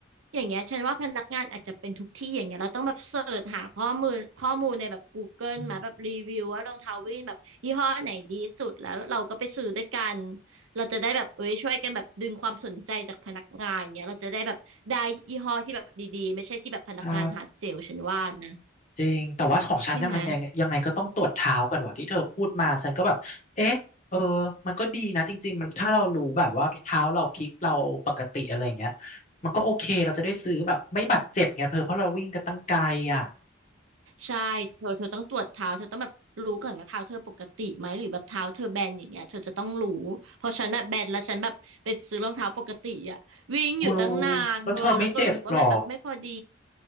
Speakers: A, on the right (about 85°); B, on the left (about 40°).
A: อย่างเงี้ยฉันว่าพนักงานอาจจะเป็นทุกที่อย่างเงี้ยเราต้องแบบเสิร์ชหาข้อมูลข้อมูลในแบบ Google
B: อืม
A: มาแบบรีวิวว่ารองเท้าวิ่งแบบยี่ห้อไหนดีสุดแล้วเราก็ไปซื้อด้วยกันเราจะได้แบบเอ้ยช่วยกันแบบดึงความสนใจจากพนักงานเงี้ยเราจะได้แบบได้ยี่ห้อที่แบบดีๆไม่ใช่ที่แบบพนักงานหาเซลล์ฉันว่านะ
B: ใช่ จริงแต่ว่าของฉันเนี่ยมันยังยังไงก็ต้องตรวจเท้าก่อนว่ะที่เธอพูดมาฉันก็แบบเอ๊ะเออ
A: ใช่ไหม
B: มันก็ดีนะจริงๆมันถ้าเรารู้แบบว่าเท้าเราพลิกเราปกติอะไรอย่างเงี้ยมันก็โอเคเราจะได้ซื้อแบบไม่บาดเจ็บไงเธอเพราะเราวิ่งกันตั้งไกลอ่ะ
A: ใช่เธอเธอต้องตรวจเท้าเธอต้องแบบรู้ก่อนว่าเท้าเธอปกติไหมหรือแบบเท้าเธอแบนอย่างเงี้ยเธอจะต้องรู้เพราะฉันอะแบนแล้วฉันแบบไปซื้อรองเท้าปกติอะวิ่งอยู่ตั้งนานเธอแล้วก็รู้สึกว่ามันแบบไม่พอดี
B: โอ้ยแล้วเธอไม่เจ็บหรอ